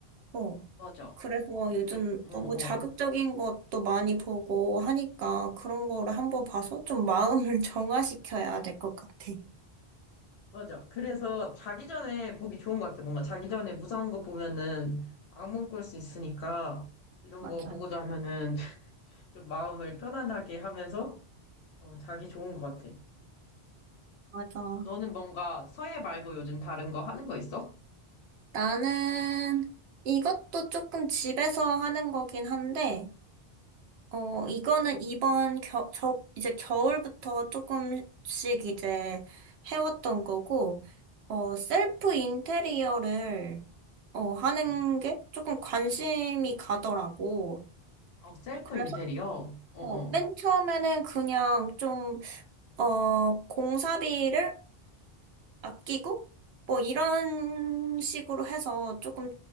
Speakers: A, on the right; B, on the left.
A: 어.
B: 맞아.
A: 그래서 요즘
B: 그래. 어,
A: 너무
B: 어.
A: 자극적인 것도 많이 보고 하니까 그런 거를 한번 봐서 좀 마음을 <laughs> 정화시켜야 될 것 같아.
B: 맞아. 그래서 자기 전에 보기 좋은 것 같아. 뭔가 자기 전에 무서운 거 보면은 악몽 꿀 수 있으니까 이런
A: 맞아.
B: 거 보고자 하면은 <laughs> 좀 마음을 편안하게 하면서 어, 자기 좋은 것 같아.
A: 맞아.
B: 너는 뭔가 서예 말고 요즘 다른 거 하는 거 있어?
A: 나는 이것도 조금 집에서 하는 거긴 한데 어,
B: 음,
A: 이거는 이번 겨, 저, 이제 겨울부터 조금씩 이제 해왔던 거고, 어, 셀프 인테리어를, 어, 하는
B: 음.
A: 게 조금 관심이 가더라고.
B: 어, 셀프
A: 그래서,
B: 인테리어? 어,
A: 어,
B: 어.
A: 맨 처음에는 그냥 좀, 어, 공사비를 아끼고 뭐 이런 식으로 해서 조금